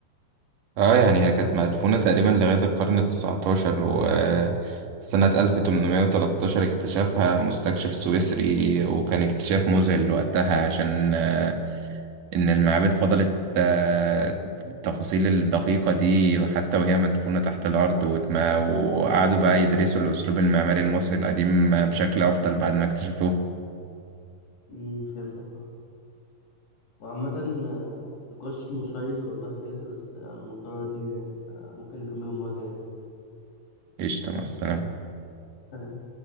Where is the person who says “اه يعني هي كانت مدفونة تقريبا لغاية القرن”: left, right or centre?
Right